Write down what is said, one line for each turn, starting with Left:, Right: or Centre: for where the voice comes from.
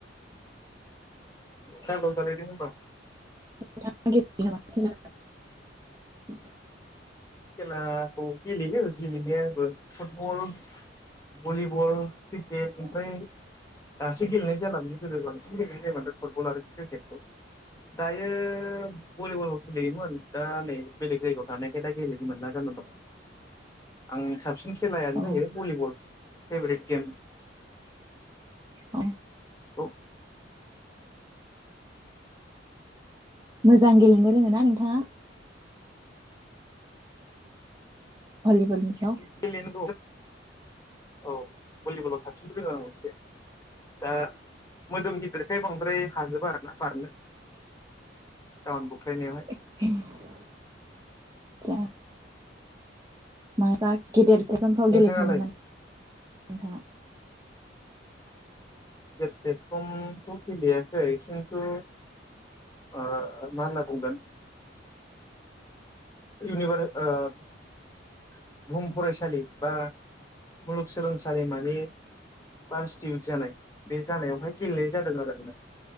Left: सांगाव जालाय द होनोमबा
Right: <unintelligible>
Left: खेलाखौ गेलेयो गेलेनायाबो फुटबल भलिबल क्रिकेट ओमफ्राय दासो गेलेनाय जालामोन गोदो बांसिन गेलेनाय जायोम फुटबल आरो क्रिकेटखौ। दायो भलिबल गेलेयोमोन दा नै बेलेग जायगायाव थानायखाय दा गेलेनो मोनला जाना दं आं साबसिन खेलायानो
Right: अ
Left: जायो बलिबल फेपरेथ <unintelligible>
Right: औ
Left: औ
Right: मोजां गेलेनो रोङोना नोंथाङा? भलिबलनि सायाव
Left: <unintelligible> औ भलिबलाव साबसिन रोङो आं एसे दा मोदोम गिदिरखाय बांद्राय हाजोबा आरोना बारनो ओ बुख्लायनायावहाय।
Right: नो <unintelligible> जा मा <unintelligible> गेदेर प्लेटफर्मफ्राव
Left: नोंथाङालाय
Right: गेलेखायो नामा नों? नोंथाङा
Left: ल्पेतफरमथ' गेलेयाखै खिन्थु ओ मा होनना बुंगोन इउनिभार ओ बुहुम फरायसालि बा मुलुगसोलोंसालिमानि बारसिटि जानाय बे जानायावहाय गेलेनाय जादों आरो आंङो।